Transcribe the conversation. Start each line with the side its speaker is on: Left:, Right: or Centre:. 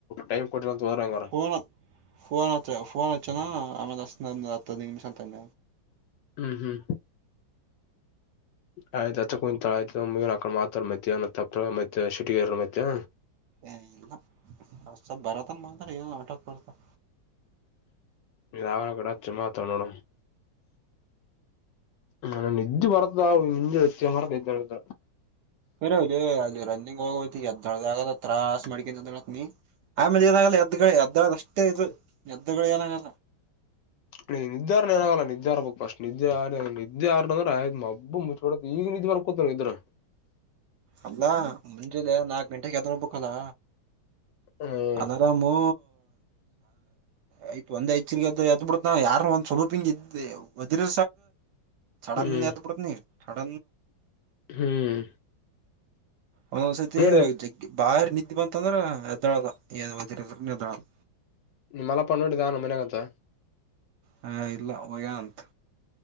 Left: ಟೈ್ ಕೊಟ್ಟಂತ ಹೋದ್ರ ಹೆಂಗಾರ
Right: ಫೋನ್ ಫೋನ್ ಹಚ್ಚ ಫೋನ್ ಹಚ್ಚ ಅಂದನ್ ಆಮ್ಯಾಲ ಹಚ್ಚ್ಟೆ ಹತ್ ಹದಿನೈ ನಿಮಿಷ ಆಂದನ್
Left: ಹ್ಮ್ ಹ್ಮ್ ಆಯ್ತತ್ ಅಚ್ಚ ಕುಾ ಆಯ್ತಗ ಆಕ ಮಾತ ಮತ್ತ ಮತ್ತೆ ಸಿಟಗ ಮತ್ತೆ
Right: ಏ ಇಲ್ಲ ಅಷ್ಟ ಬರತ್ತ ಮಾಡ್ರ ಏ ಆಟೋಕ್ ಬರ್ತನ
Left: ಾವ ಕಡಾಚು ಮಾ ತಣೋಡ ನ ನಜು ಬರದ ನಿಂಜು ವಚ್ಚ ಮರ್ದತ
Right: ಅ ಅಲ್ಲಿ ರನ್ನಿಂಗ್ ಹೋಗ ಎದ್ದೊಳ ಆಗದ ತ್ರಾಸ್ ಮಾಡ್ಕನ್ ನೀ ಆ್ಯಾಮಿಲಿ ಏನಾಗಲ್ಲ ಎದ್ದುಗಳ ಎದ್ದದ ಅಷ್ಟೇ ಇದು ಎದ್ದುಗಳ ಏನಾಗಲ್ಲ
Left: ನೀ ನಿದ್ದೆಾರ್ ನಾಗಲ್ಲ ನಿದ್ದೆಾರ್ಬೇಕಕ್ಫಸ್ಟ್ ನಿದ್ದೆ ನಿದ್ದೆಾರ್ನ್ಂದ್ರ ಆಯ್ ಮಬ್ಬ ಮುಚ್ ಕೊಡ ಈಗ ಇ ಬಾರ ಕೊತನ ಇದದುರ
Right: ಅಲ್ಲಾ ಮುಂಜಿಲ್ಲ ನಾಕ್ ಗಂಟೆಗೆ ಯ್ದೋ್ ಬಬೇಕಕ್ಲ್ಲಾ
Left: ಹ್ಮ್
Right: ಅದಾರಾಮು ಆಯ್ತ್ ಒಂದ್ ಹೆಚ್ಚ ಎದ್ ಬಿಿಡ್ತ ಯಾರ ಒಂದ್ ಸ್ವಲಪ ಹಿಂಗ ಇದದಿ ಡನ್ದು
Left: ಹ್ಮ್
Right: ಪತ್ ನೀ ಚ
Left: ಹ್ಮ್
Right: ಮಸತಿ
Left: ನೋಡಿದೆ
Right: ಬಾರಿ ನಿದ್ದೆ ಬಂತಂದ್ರ ಎದ್ದಳಲ್ಲ ಏನ್ ಮದರ್ರ ಎದ್ದಳಲ್ಲ
Left: ನಿಮ್ಮಲ್ಲ ಪಣ ನೋಡಿದ್ದ ನಮ್ಮ ಮನ ಆಗತ್ತ
Right: ಹಾ ಇಲ್ಲ ಮಗ ಅಂತ